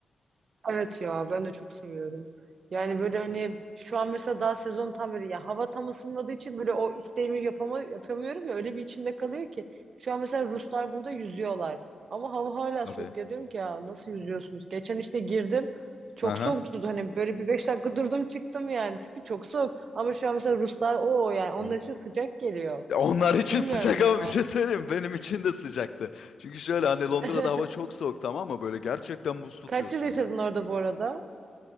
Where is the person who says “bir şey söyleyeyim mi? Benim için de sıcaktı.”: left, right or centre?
Left